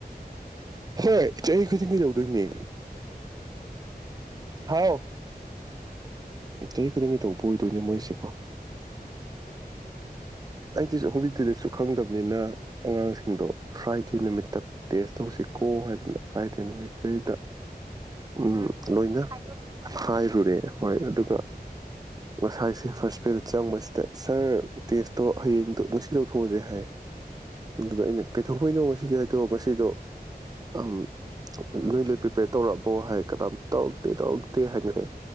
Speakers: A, on the right; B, on the left.
A: ꯍꯦ ꯆꯍꯤ ꯈꯨꯗꯤꯡꯒꯤ ꯇꯧꯗꯣꯏꯅꯦ
B: ꯑꯣ ꯆꯍꯤ ꯈꯨꯗꯤꯡꯒꯤ ꯇꯧꯗꯣꯏꯅꯦꯕ
A: ꯍꯥꯎ ꯆꯍꯤ ꯈꯨꯗꯤꯡꯒꯤ ꯇꯧꯕ ꯑꯣꯏꯗꯣꯏꯅꯦ ꯃꯣꯏꯁꯦ ꯀꯣ
B: ꯑꯥ
A: ꯑꯩꯗꯤ ꯑꯁ ꯍꯣꯂꯤꯗꯦ ꯂꯤꯁꯁꯨ ꯈꯪꯗꯕꯅꯤꯅ ꯑꯉꯥꯡꯁꯤꯡꯗꯣ ꯐ꯭ꯔꯥꯏꯗꯦ ꯅꯨꯃꯤꯠꯇ ꯇꯦꯁ ꯇꯧꯁꯤ ꯀꯣ ꯍꯥꯏꯗꯅ ꯐ꯭ꯔꯥꯏꯗꯦ ꯅꯨꯃꯤꯠꯇꯩꯗ ꯎꯝ
B: ꯍꯥꯏꯗꯣꯛꯎꯔꯦꯕ
A: ꯂꯣꯏꯅ ꯍꯥꯏꯔꯨꯔꯦ ꯍꯣꯏ ꯑꯗꯨꯒ
B: ꯎꯝ
A: ꯉꯁꯥꯏꯁꯦ ꯐꯥꯔꯁ ꯄꯦꯔꯠ ꯆꯪꯕꯁꯤꯗ ꯁꯥꯔ ꯇꯦꯁꯇꯣ ꯍꯌꯦꯡ ꯇꯣ ꯉꯁꯤ ꯂꯧꯊꯣꯛꯑꯁꯦ ꯍꯥꯏ ꯑꯗꯨꯗ ꯑꯩꯅ ꯀꯩꯗꯧꯕꯩꯅꯣ ꯁꯤꯖꯦ ꯇꯧꯕꯩꯁꯤꯗꯣ ꯑꯝ ꯅꯣꯏ ꯂꯣꯏ ꯄꯤꯞ ꯄ꯭ꯔꯤꯄꯤꯌꯔ ꯇꯧꯔꯛꯑꯕꯣ ꯍꯥꯏ ꯀꯅꯥꯝꯇ ꯇꯧꯔꯛꯇꯦ ꯇꯧꯔꯛꯇꯦ ꯍꯥꯏꯅꯔꯦ